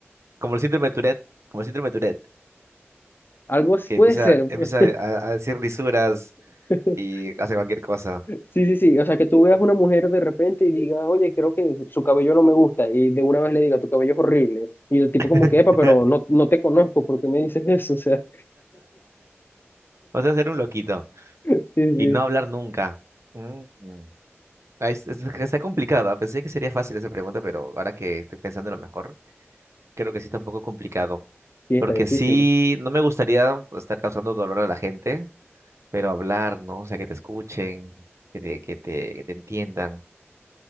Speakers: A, on the right; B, on the left.
A: como el síndrome de Tourette, como el síndrome de Tourette,
B: Algo s-
A: que
B: puede
A: empieza,
B: ser.
A: empieza
B: pues.
A: a, a decir lisuras
B: <laughs>
A: y hace cualquier cosa.
B: Sí, sí, sí. O sea, que tú veas una mujer de repente y digas, oye, creo que su cabello no me gusta. Y de una vez le diga, tu cabello es horrible. Y el tipo
A: <laughs>
B: como que, epa, pero no, no te conozco, ¿por qué me dices <laughs> eso? O sea,
A: O sea, ser un loquito
B: <laughs> sí, sí.
A: y no hablar nunca. Mm. mm. Ay, es- es- está complicada. Pensé que sería fácil esa pregunta, pero ahora que estoy pensando lo mejor. creo que sí está un poco complicado,
B: Sí,
A: porque
B: está difícil.
A: sí, no me gustaría estar causando dolor a la gente, pero hablar, ¿no? O sea, que te escuchen, que te, que te, que te entiendan.